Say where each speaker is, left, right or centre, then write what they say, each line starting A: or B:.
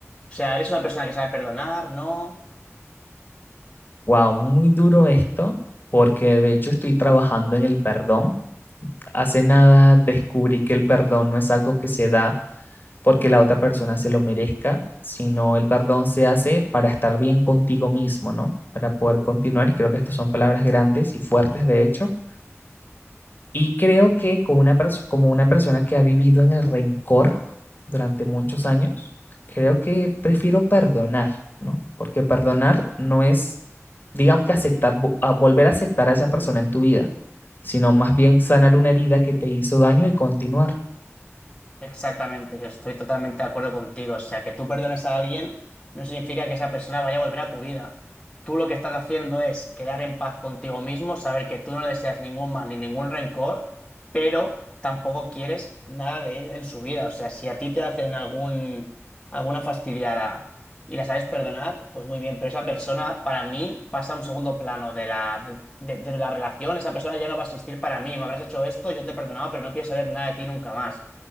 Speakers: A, on the left; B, on the left.
A: sea, ¿eres una persona que sabe perdonar? ¿No?
B: Wow, muy duro esto, porque de hecho estoy trabajando en el perdón. Hace nada descubrí que el perdón no es algo que se da porque la otra persona se lo merezca, sino el perdón se hace para estar bien contigo mismo, ¿no? Para poder continuar, y creo que estas son palabras grandes y fuertes, de hecho. Y creo que como una, perso- como una persona que ha vivido en el rencor durante muchos años, creo que prefiero perdonar, ¿no? Porque perdonar no es, digamos que aceptar, vo- a volver a aceptar a esa persona en tu vida, sino más bien sanar una herida que te hizo daño y continuar.
A: Exactamente, yo estoy totalmente de acuerdo contigo. O sea, que tú perdones a alguien no significa que esa persona vaya a volver a tu vida. Tú lo que estás haciendo es quedar en paz contigo mismo, saber que tú no le deseas ningún mal ni ningún rencor, pero tampoco quieres nada de él en su vida. O sea, si a ti te hacen algún, alguna fastidiada y la sabes perdonar, pues muy bien, pero esa persona para mí pasa a un segundo plano de la, de, de- de la relación. Esa persona ya no va a existir para mí. Me habrás hecho esto, yo te he perdonado, pero no quiero saber nada de ti nunca más.